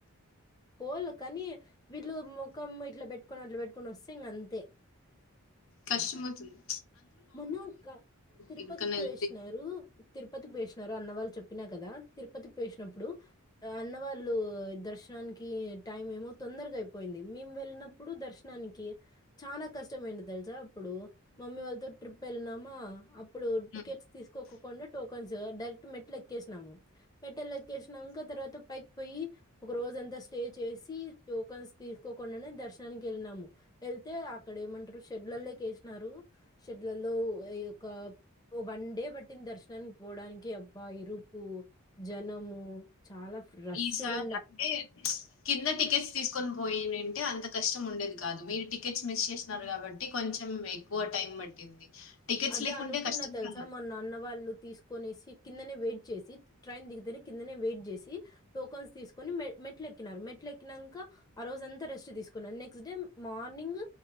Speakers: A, on the left (about 15°); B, on the left (about 60°).
A: పోలు కనీ వీళ్ళు ముఖం ఇట్లా పెట్ కొని అట్ల పెట్టుకొని వస్తే ఇంక అంతే
B: కష్టమౌతుంది
A: మొన్న అక్క తిరుపతికి
B: ఎక్కడికన్నా
A: పోయేసినారు
B: ఎళ్తే.
A: తిరుపతికి పోసినారు అన్నవాళ్ళు చెప్పినా కదా తిరుపతికి పోసినప్పుడు అన్న వాళ్ళు దర్శనానికి టైం ఏమో తొందరగా అయిపోయింది మేము వెళ్ళినప్పుడు దర్శనానికి చాలా కష్టమయింది తెలుసా అప్పుడు మమ్మీ వాళ్ళతో ట్రిప్పెల్లినమ ఇప్పుడు
B: హ్మ్.
A: టికెట్స్ తీసుకోకకుండా టో కొంచ డైరెక్ట్ మెట్లు ఎక్కేసినాము పెట్టే ఏకేశినకా తర్వాత పైక్ పోయి ఒక రోజ అంతా స్టే చేసి టోకన్స్ తీసుకోకుండానే దర్శనానికి వెళ్ళినాము వెళ్తే అక్కడ ఏమంటారు షెడ్లల్లోక వేసినారు షట్లలో ఈయొక్క వన్ డే పట్టిన దర్శనానికి పోవడానికి అబ్బా ఇరుకు జనము చాలా రష్‌గుండె.
B: ఈసార్ అంటే కింద టికెట్స్ తీసుకొని పోయి నండి అంటే అంత కష్టం ఉండేది కాదు మీరు టికెట్స్ మిస్ చేసినారు కాబట్టి కొంచెం ఎక్కువ టైం పట్టింది టికెట్స్
A: అదే
B: లేకుంటే
A: అనుకున్న
B: కష్టంగా
A: తెలుసా మా నాన్న వాళ్ళు తీసుకూనేసి కిందనే వెయిట్ చేసి ట్రైన్ దకుతే కన్నందనే వయిట్ చేసి టోకన్స్ తీసుకొని మ మెట్ల ఎక్కినారు మెట్లు ఎకినాక ఆ రోజ అంత రెస్ట్ తీసుకున్నారు నెక్ట్ నెక్స్ట్ డే మార్నింగ్